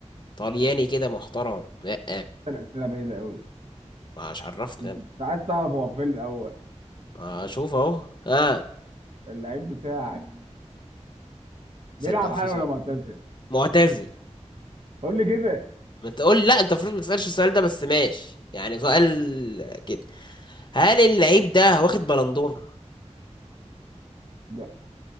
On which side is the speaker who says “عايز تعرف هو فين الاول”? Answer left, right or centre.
Right